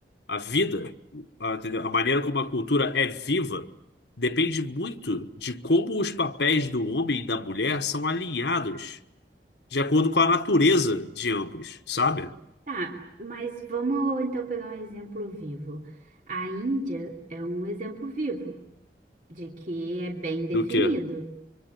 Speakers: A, on the left; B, on the right.
A: a vida, a, entendeu? A maneira como a cultura é viva, depende muito de como os papéis do homem e da mulher são alinhados de acordo com a natureza de ambos, sabe?
B: Tá, mas vamos então pegar um exemplo vivo. A Índia é um exemplo vivo de que é bem definido
A: Do que?